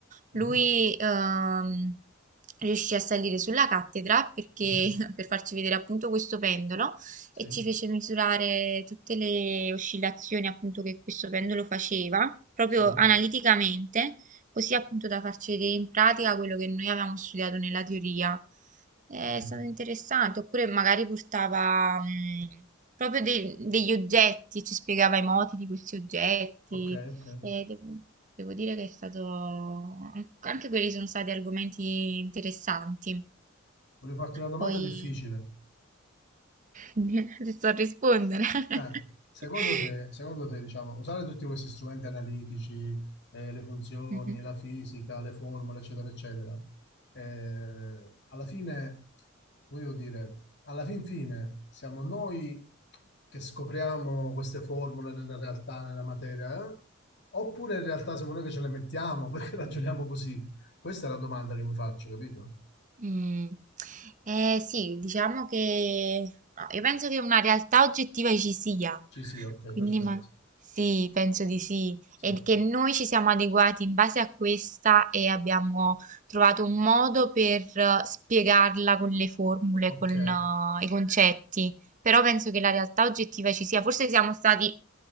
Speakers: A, on the right (about 40°); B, on the left (about 55°).
A: lui
B: Mhm,
A: ehm, riuscì a salire sulla cattedra perché,
B: mhm.
A: <laughs> per farci vedere appunto questo pendolo
B: Sì,
A: e ci fece misurare tutte le oscillazioni appunto che questo pendolo faceva, proprio
B: sì,
A: analiticamente, così appunto da farci vedere in pratica quello che noi avevamo studiato nella teoria. Eh,
B: Mm,
A: È stato interessante, oppure magari portava mh, proprio de- degli oggetti, ci spiegava i moti di questi oggetti.
B: ok, ok.
A: E devo, devo dire che è stato... Anche quelli sono stati argomenti interessanti.
B: Voglio farti una domanda
A: Poi...
B: difficile.
A: <laughs> Ti so rispondere.
B: Eh, secondo
A: <laughs>
B: te, secondo te, diciamo, usare tutti questi strumenti analitici, eh, le funzioni,
A: Mhm.
B: la fisica, le formule, eccetera, eccetera, eh, alla fine, voglio dire, alla fin fine siamo noi che scopriamo queste formule nella realtà, nella materia, eh? Oppure in realtà siamo noi che ce le mettiamo <laughs> perché ragioniamo così? Questa è la domanda che mi faccio, capito?
A: Mm. Eh sì, diciamo che no, io penso che una realtà oggettiva ci sia,
B: Ci sì, ok,
A: quindi
B: perfetto.
A: ma... sì, penso di sì,
B: Sì.
A: e che noi ci siamo adeguati in base a questa e abbiamo trovato un modo per eh, spiegarla con le formule,
B: Ok,
A: con eh, i concetti, però penso che la realtà oggettiva ci sia, forse siamo stati,